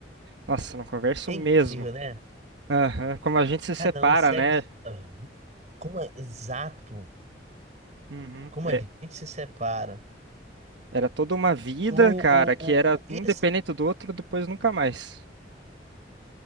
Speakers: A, on the right; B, on the right.
A: Nossa, não converso
B: É
A: mesmo.
B: incrível, né?
A: Aham, Como a gente se separa,
B: Cada um segue
A: né?
B: sua vida. Como é exato,
A: Uhum.
B: como
A: É,
B: a gente se separa.
A: era toda uma vida,
B: O, o,
A: cara, que
B: o,
A: era
B: o... E
A: um dependente
B: assim,
A: do outro, depois nunca mais.